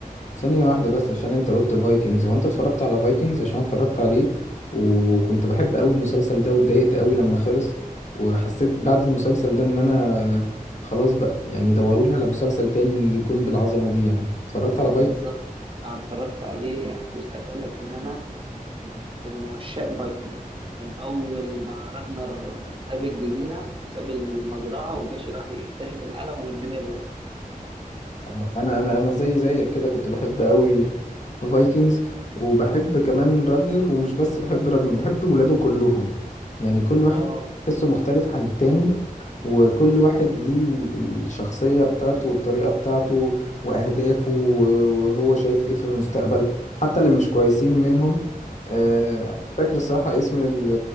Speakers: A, on the left; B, on the right.
A: ثانيه واحده بس عشان انت قلت فايكنجز هو انت اتفرجت على فايكنجز عشان أنا اتفرجت عليه وكنت بحب قوي المسلسل ده واتضايقت قوي لما خلص وحسيت بعد المسلسل ده ان انا خلاص بقى يعني دوروا لي على مسلسل تاني يكون بالعظمه دي يعني اتفرجت على
B: بالظبط انا اتفرجت عليه يعني بص عايز اقول لك ان انا كنت من عشاق فايكنج من اول ما راجنر ساب الجزيره وساب المزرعه ومشي راح يكتشف العالم والدنيا باظت
A: آه، انا انا انا زي زيك كده كنت بحب قوي فايكنجز وبحب كمان راجنر ومش بس بحب راجنر بحب ولاده كلهم يعني كل واحد
B: اه
A: تحسه مختلف عن التاني وكل واحد ليه ال- الشخصية بتاعته والطريقة بتاعته وأهدافه و- وهو شايف إيه في المستقبل حتى اللي مش كويسين منهم آه، مش فاكر الصراحة اسم ال-